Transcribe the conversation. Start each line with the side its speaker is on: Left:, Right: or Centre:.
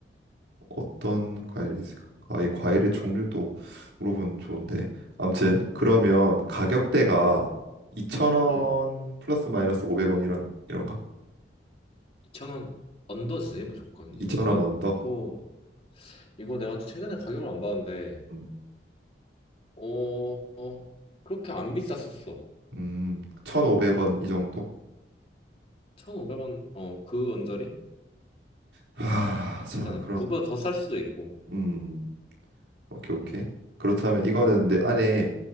Right: 어떤 과일이 있을까? 아, 이 과일의 종류도 물어보면 좋은데. 암튼 그러면
Left: 음,
Right: 가격대가
Left: 음,
Right: 2,000원
Left: 음.
Right: 플러스 마이너스 500원 이런 이런가?
Left: 2,000원 언더지, 무조건, 이거는.
Right: 2,000원 언더.
Left: 이거, 이거 내가 최근에 가격을 안 봤는데,
Right: 음,
Left: 어, 어, 그렇게 안 비쌌었어.
Right: 음, 1,500원 이 정도?
Left: 1,500원, 어, 그 언저리?
Right: 아, 자,
Left: 있잖아.
Right: 그럼
Left: 그, 그거보다 더 쌀 수도 있고,
Right: 음, 오케이, 오케이.
Left: 음,
Right: 그렇다면 이거는 내 안에